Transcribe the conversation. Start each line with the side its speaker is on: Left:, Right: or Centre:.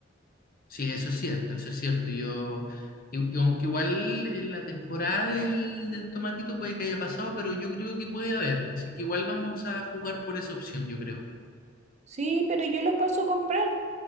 Left: Sí, eso es cierto, eso es cierto. Yo, y- y aunque igual en la temporada del, del tomatito puede que haya pasado, pero yo creo que puede haber. Así que igual vamos a jugar por esa opción, yo creo.
Right: Sí, pero yo lo paso a comprar,